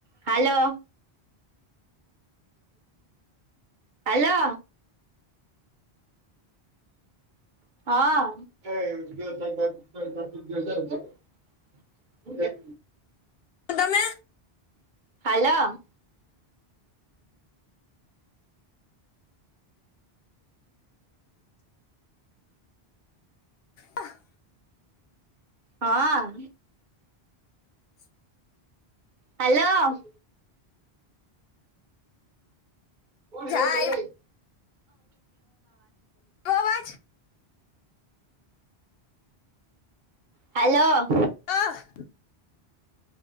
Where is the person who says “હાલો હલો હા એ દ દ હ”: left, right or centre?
Right